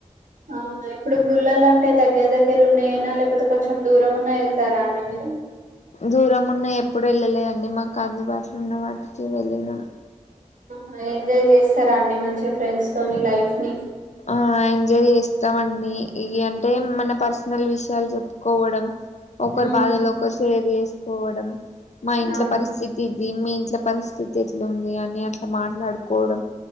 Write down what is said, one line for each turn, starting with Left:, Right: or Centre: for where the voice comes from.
Right: అవునా ఇప్పుడు గుళ్ళలు అంటే దగ్గర దగ్గర ఉన్నాయయినా లేకపోతే కొంచెం దూరం ఉన్నా ఎళ్తారా అండి మీ <unintelligible>
Left: దూరం ఉన్నాయి ఎప్పుడు వెళ్ళలేదండి మాకు అందుబాటులో ఉన్న వాటికి వెళ్ళినం
Right: ఆహా ఎంజాయ్ చేస్తారా అండి మంచిగా ఫ్రెండ్స్తోనీ లైఫ్ ని
Left: ఆ ఎంజాయ్ చేస్తామండి ఇవి అంటే మన పర్సనల్ విషయాలు చెప్పుకోవడం ఒకరు
Right: మ్మ్
Left: బాధలో ఒకరు షేవ వేసుకోవడం మా ఇంట్లో
Right: అవును
Left: పరిస్థితి ఇది మీ ఇంట్ల పరిస్థితి ఎట్లుంది అని అట్లా మాట్లాడుకోవడం